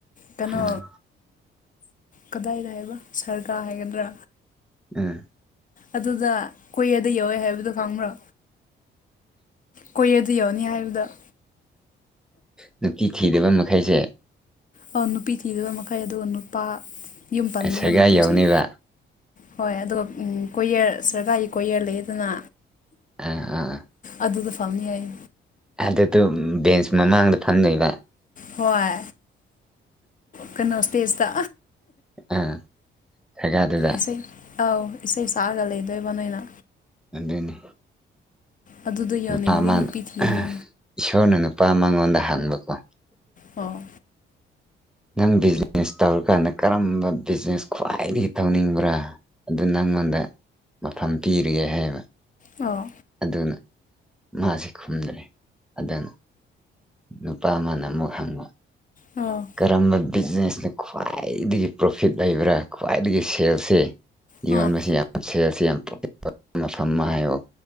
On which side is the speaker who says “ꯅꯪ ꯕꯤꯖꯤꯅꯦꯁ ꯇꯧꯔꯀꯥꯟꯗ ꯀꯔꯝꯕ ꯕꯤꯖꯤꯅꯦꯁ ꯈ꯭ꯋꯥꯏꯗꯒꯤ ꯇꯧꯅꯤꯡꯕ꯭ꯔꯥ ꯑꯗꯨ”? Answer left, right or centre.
Centre